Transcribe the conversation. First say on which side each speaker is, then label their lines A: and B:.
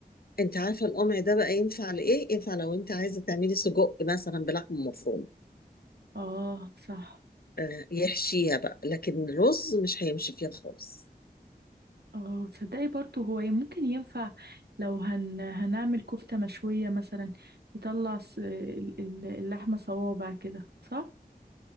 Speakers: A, on the left; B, on the right.
A: انت عارفه القمع ده بقى ينفع لايه ينفع لو انت عايزه تعملي سجق مثلا بلحمه مفرومه
B: اه صح
A: آه يحشيها بقى لكن الرز مش هيمشي فيها خالص
B: اه تصدقي برضه هو ممكن ينفع لو هن هنعمل كفتة مشوية مثلا يطلع ص- ال- ال- اللحمة صوابع كده صح؟